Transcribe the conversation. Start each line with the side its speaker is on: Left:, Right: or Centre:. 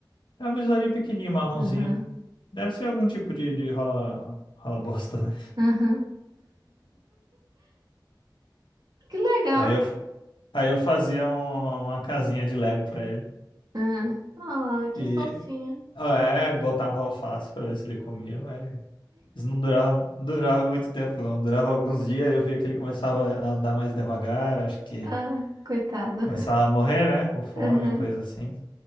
Left: É um besourinho pequenininho, marronzinho.
Right: Aham,
Left: Deve ser algum tipo de, de rola, rola bosta, né?
Right: aham. Que legal.
Left: Aí eu, aí eu fazia um- uma casinha de Lego pra ele.
Right: Ah, ah, que
Left: E
Right: fofinho.
Left: ah, é, aí botava alface pra ver se ele comia, mas isso não durava, não durava muito tempo, não. Durava alguns dias, eu via que ele começava a andar mais devagar, acho que
Right: Ah, coitado.
Left: começava a morrer, né? Com fome
Right: Aham.
Left: ou coisa assim.